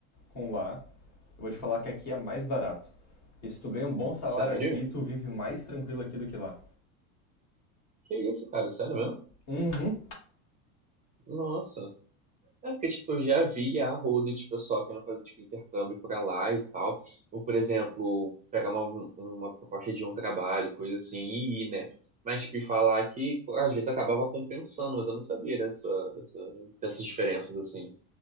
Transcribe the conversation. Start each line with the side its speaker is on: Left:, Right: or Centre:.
Left: com lá, eu vou te falar
Right: Aham.
Left: que aqui é mais barato. E se tu ganha um bom salário
Right: Sério?
Left: aqui, tu vive mais tranquilo aqui do que lá.
Right: Que isso, cara? Sério mesmo?
Left: Uhum,
Right: Nossa. É porque, tipo, eu já vi a rodo de pessoal querendo fazer, tipo, intercâmbio pra lá e tal. Ou, por exemplo, pegar uma, uma proposta de um trabalho, coisa assim, e ir, né? Mas, tipo, e falar que às vezes acabava compensando, mas eu não sabia dessa, dessa, dessas diferenças, assim.